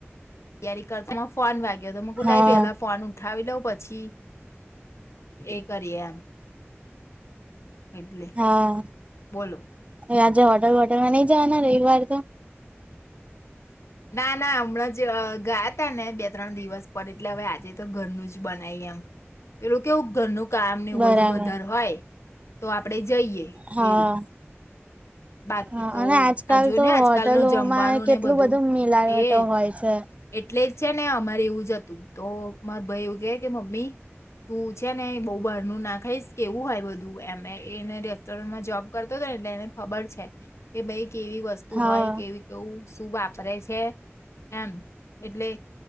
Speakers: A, on the left; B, on the right.
A: યારી કરતા ફોન વાગ્યો હતો મેં કુ
B: હા
A: લાય પેલા ફોન ઉઠાવી લઉં પછી એ કરીએ એમ. એટલે
B: હા
A: બોલો.
B: આજે હોટેલ હોટલ માં નઈ જવાના રવિવાર તો?
A: ના ના હમણાં જ ગયા તા ને બે ત્રણ દિવસ પર એટલે હવે આજે તો ઘરનું જ બનાવી એમ. પેલું કેવું ઘરનું કામ ને એવું
B: બરાબર
A: બધું વધારે હોય તો આપણેે જઈએ
B: હા
A: એવું. બાકી
B: હા
A: તો
B: અને આજકાલ
A: આજુ ને
B: તો
A: આજકાલનું
B: હોટલોમાં
A: જમવાનું
B: કેટલું
A: ને બધું.
B: મિલાવટો
A: એજ.
B: હોય છે
A: એટલે જ છે ને અમારે એવું જ હતું. તો માર ભાઈ એવું કે કે મમ્મી તું છે ને બવ બહાર નું નાખાઈશ કેવું હોય બધું એમે એને માં જોબ કરતો હતો ને એટલે એને ખબર છે કે ભાઈ કેવી વસ્તુ
B: હા
A: હોય કેવી કેવું શું વાપરે છે એમ. એટલે